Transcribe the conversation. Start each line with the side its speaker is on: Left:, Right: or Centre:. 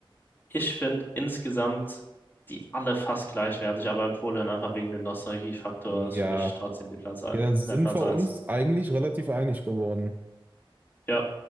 Left: Ich finde insgesamt die alle fast gleichwertig, aber Empoleon einfach wegen dem Nostalgiefaktor
Right: Ja.
Left: ist für mich trotzdem die Platz ein,
Right: Ja, dann sind
Left: der Platz
Right: wir
Left: eins.
Right: uns eigentlich relativ einig geworden.
Left: Ja,